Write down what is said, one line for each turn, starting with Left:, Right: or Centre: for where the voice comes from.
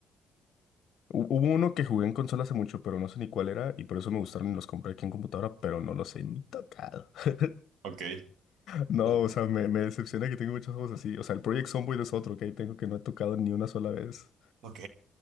Left: Hu- Hubo uno que jugué en consola hace mucho, pero no sé ni cuál era y por eso me gustaron y los compré aquí en computadora, pero no los he ni tocado. <laughs>
Right: Ok.
Left: No,
Right: Bueno,
Left: o sea, me, me decepciona que tengo muchos juegos así. O sea, el Project Zomboid es otro que ahí tengo que no he tocado ni una sola vez.
Right: Ok.